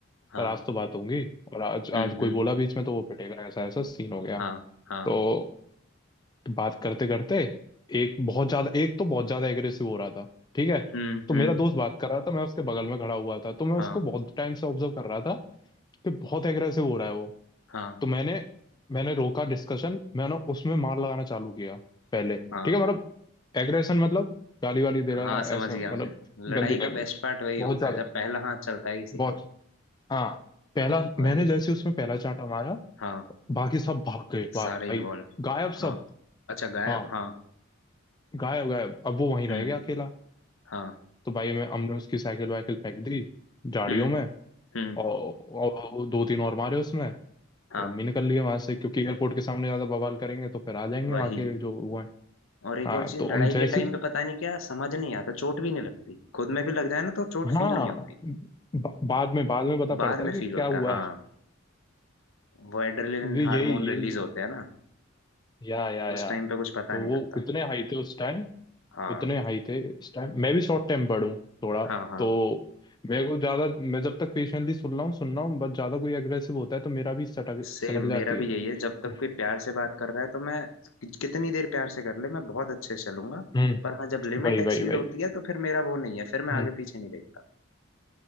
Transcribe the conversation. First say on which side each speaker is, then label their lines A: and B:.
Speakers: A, on the left; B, on the left.
A: हाँ
B: पर आज तो बात होंगी और आज
A: हम्म
B: आज कोई
A: हम्म
B: बोला बीच में तो वो पिटेगा ऐसा ऐसा सीन हो गया
A: हाँ हाँ
B: तो बात करते करते एक बहुत ज्यादा एक तो बहुत ज्यादा एग्रेसिव हो रहा था ठीक है
A: हम्म
B: तो
A: हम्म
B: मेरा दोस्त बात कर रहा था मैं उसके बगल में खड़ा हुआ था तो मैं
A: हाँ
B: उसको बहुत टाइम से ऑब्जर्व कर रहा था कि बहुत एग्रेसिव हो रहा है वो
A: हाँ
B: तो मैंने मैंने रोका डिस्कशन मैंने उसमें मार लगाना चालू किया पहले ठीक
A: हाँ
B: है मतलब एग्रेशन मतलब गाली वाली दे रहा
A: हाँ समझ
B: ऐसा
A: गया
B: मतलब
A: मैं लड़ाई
B: गंदी लैंग्वेज
A: का बेस्ट पार्ट वही होता
B: बहुत ज्यादा
A: है जब पहला हाथ चलता है किसी
B: बहुत
A: का
B: हाँ पहला
A: वही
B: मैंने जैसे उसमें पहला चांटा मारा
A: हाँ
B: बाकी सब भाग गए भाई
A: सारे इन्वॉल्व
B: गायब
A: हाँ
B: सब
A: अच्छा गायब
B: हाँ
A: हाँ
B: गायब गायब अब वो वहीं रह
A: हम्म
B: गया अकेला
A: हाँ
B: तो भाई मैं हमने उसकी साइकिल वाइकिल फेंक दी झाड़ियों
A: हम्म
B: में
A: हम्म
B: और, और दो तीन और मारे उसमें
A: हाँ
B: फिर अम्मी ने कर लिया वहां से क्योंकि एयरपोर्ट के सामने ज्यादा बवाल करेंगे तो फिर आ जाएंगे
A: वही
B: वहां के जो वो है
A: और एक
B: हाँ
A: और चीज
B: तो
A: लड़ाई
B: हम जैसी
A: के टाइम पे पता नहीं क्या समझ नहीं आता चोट भी नहीं लगती खुद में भी लग जाए ना तो चोट
B: हाँ
A: फील नहीं होती
B: ब- बाद में बाद में पता पड़ता
A: बाद
B: है
A: में
B: कि
A: फील
B: क्या
A: होता
B: हुआ
A: है हाँ वो एड्रेनलिन
B: भी
A: हार्मोन
B: यही यही
A: रिलीज होते हैं ना
B: या या या
A: उस टाइम पे कुछ पता
B: तो
A: नहीं
B: वो
A: लगता
B: इतने हाई थे उस टाइम
A: हाँ
B: उतने हाई थे इस टाइम मैं भी शॉर्ट टेम्पर्ड हूँ थोड़ा
A: हाँ हाँ
B: तो मेरे को ज्यादा मैं जब तक पेशेंटली सुन रहा हूँ सुन रहा हूँ बस ज्यादा कोई एग्रेसिव होता है तो मेरा भी सटक
A: सेम
B: सनक जाती
A: मेरा भी
B: है
A: यही है जब तक
B: <laughs>
A: कोई प्यार से बात कर रहा है तो मैं कि- कितनी देर प्यार से कर ले मैं बहुत अच्छे से चलूंगा
B: हम्म
A: पर हाँ जब लिमिट
B: वही
A: एक्सीड
B: वही वही
A: होती है तो फिर मेरा वो नहीं है फिर मैं आगे
B: हम्म।
A: पीछे नहीं देखता